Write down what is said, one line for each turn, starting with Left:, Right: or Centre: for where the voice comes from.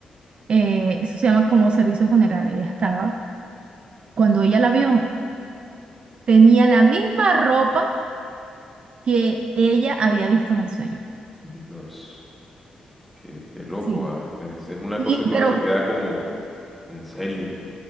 Right: Eh, eso se llama como servicio funerario, ya estaba. Cuando ella la vio, tenía la misma ropa que ella había visto en el sueño.
Centre: Dios, qué, qué loco,
Right: Sí.
Centre: ah, Es, es una
Right: Y,
Centre: cosa que
Right: pero,
Centre: uno se queda como, en serio.